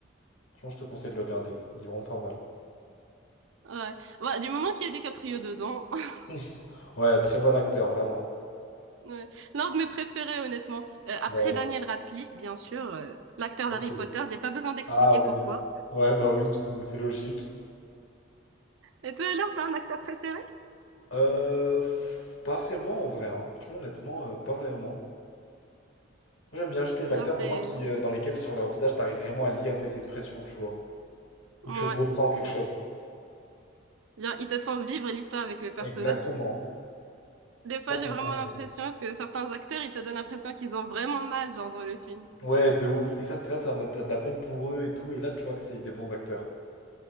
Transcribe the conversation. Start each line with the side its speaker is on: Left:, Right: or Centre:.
Left: Franchement, je te conseille de le regarder, il est vraiment pas mal.
Right: Ouais. Ouais, du moment qu'il y a DiCaprio dedans. <laughs>
Left: <laughs> Ouais, très bon acteur, vraiment.
Right: Ouais. L'un de mes préférés, honnêtement. Euh, après
Left: Ouais,
Right: Daniel Radcliffe, bien sûr, euh, l'acteur
Left: ok.
Right: d'Harry Potter, j'ai pas besoin d'expliquer
Left: Ah oui.
Right: pourquoi.
Left: Ouais, bah oui, du coup, c'est logique.
Right: Et toi, alors, t'as un acteur préféré?
Left: Euh, pff, pas vraiment, en vrai. hein. Franchement, honnêtement, euh, pas vraiment. Moi, j'aime bien juste les
Right: Genre,
Left: acteurs vraiment
Right: t'es...
Left: qui, euh, dans lesquels, sur leur visage, t'arrives vraiment à lire tes expressions, tu vois. Ou
Right: Ouais,
Left: tu ressens quelque
Right: ouais.
Left: chose.
Right: Genre, ils te font vivre l'histoire avec le personnage.
Left: Exactement.
Right: Des
Left: Ça,
Right: fois,
Left: pour
Right: j'ai vraiment
Left: moi.
Right: l'impression
Left: euh,
Right: que certains acteurs, ils te donnent l'impression qu'ils ont vraiment mal, genre, dans le film.
Left: Ouais, de ouf. Et ça, t'es là, t'as, en mode- t'as de la peine pour eux et tout. Et là, tu vois que c'est des bons acteurs.